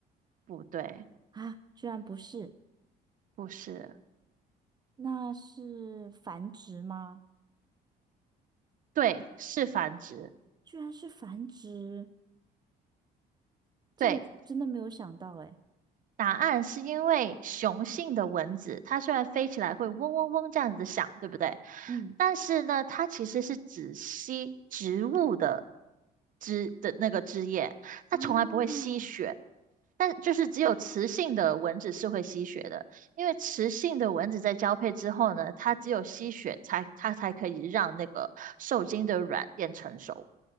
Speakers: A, on the right; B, on the right.
A: 不对，
B: 啊，居然不是，
A: 不是，
B: 那是繁殖吗？
A: 对，是繁殖。
B: 居然是繁殖，这我是真的没有想到哎。
A: 对，答案是因为雄性的蚊子，它虽然飞起来会嗡嗡嗡这样子的响，对不对？
B: 嗯，
A: 但是呢，它其实是只吸植物的枝的那个枝叶，它从来不会吸血。
B: 哦，
A: 但就是只有雌性的蚊子是会吸血的，因为雌性的蚊子在交配之后呢，它只有吸血才它才可以让那个受精的卵变成熟。